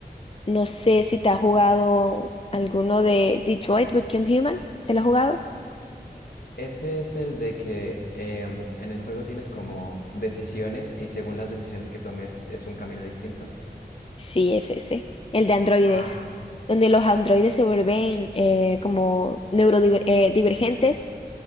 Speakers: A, on the left; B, on the left.
A: no sé si te has jugado alguno de Detroit Become Human, ¿te lo has jugado?
B: Ese es el de que em, en el juego tienes como decisiones y según las decisiones que tomes es un camino distinto.
A: Sí, es ese, el de androides,
B: Ah,
A: donde los androides se vuelven eh, como neurodivergentes,